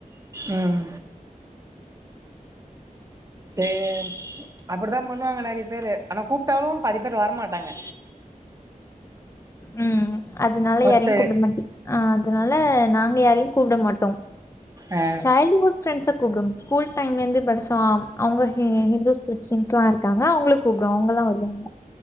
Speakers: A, on the right (about 25°); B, on the left (about 20°).
A: ம் சே அப்டித்தா பண்ணுவாங்க நெறைய பேரு ஆனா கூப்ட்டாலு பாதி பேர் வரமாட்டாங்க
B: ம் அதனால
A: ஒருத்தர்
B: யாரையு கூப்ட மாட்டிங் அ அதனால நாங்க யாரையு கூப்ட மாட்டோ
A: ஆ
B: ச்சைல்டுஹுட் ஃப்ரெண்ட்ஸ கூப்டுவோ ஸ்கூல் டைம்ல இருந்தே படிச்சோ அவுங்க ஹிந்துஸ் கிறிஸ்டின்ஸ்ல்லா இருக்காங்க அவுங்கள கூப்டுவோ அவுங்கல்லா வருவாங்க